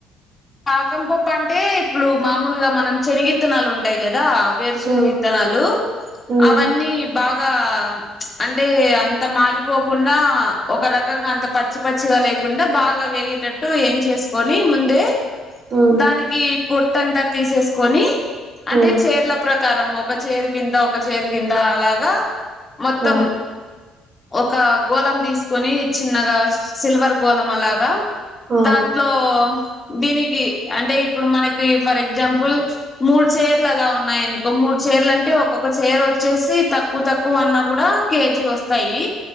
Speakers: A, on the left; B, on the right.
A: పాకం పప్పు అంటే ఇప్పుడు మామూలుగా మనం శనగిత్తనాలు ఉంటాయి కదా కదా వేరుశెనగిత్తనాలు
B: ఉమ్ ఉమ్
A: అవన్నీ బాగా అంటే అంత మాడిపోకుండా ఒక రకంగా అంత పచ్చి పచ్చిగా లేకుండా బాగా వేగేటట్టు ఏంచేసుకొని ముందే
B: ఉమ్
A: దానికి పొట్ పొట్టంత తీసేస్కొని అంటే
B: ఉమ్
A: చేర్ల ప్ర కారం ఒక చేరు కింత ఒక చేరు కింత అలాగా మొత్తం
B: ఆ
A: ఒక గోళం తీసుకొని చిన్నగా సిల్వర్ గోళం అలాగా
B: ఆ
A: దాంట్లో దీనికి దీనికి అంటే ఇప్పుడు మనకి ఫర్ ఎగ్జాంపుల్ మూడు చేర్లు అలా ఉన్నాయనుకో మూడు చేర్లు అంటే ఒక్కొక్క చేర్ వచ్చేసి తక్కువ తక్కువ అన్న గుడ కేజీ వస్తాయి.